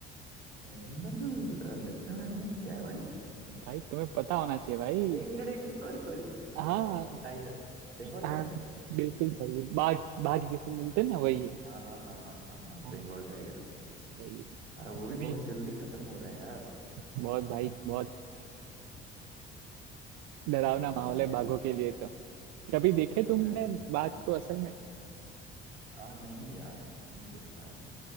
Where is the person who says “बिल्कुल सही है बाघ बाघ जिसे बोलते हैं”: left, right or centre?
Right